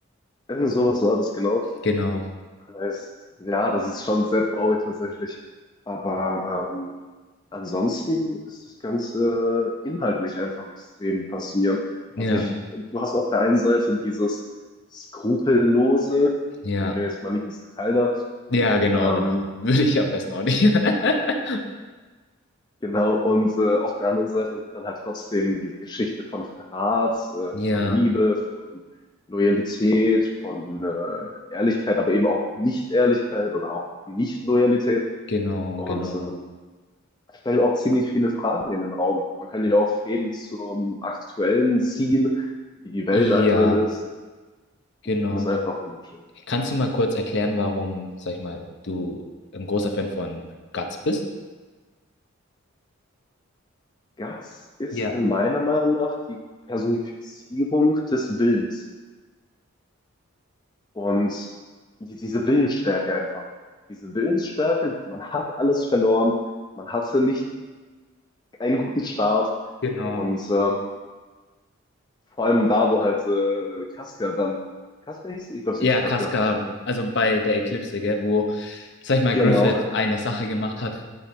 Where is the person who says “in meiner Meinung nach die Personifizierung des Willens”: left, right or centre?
Left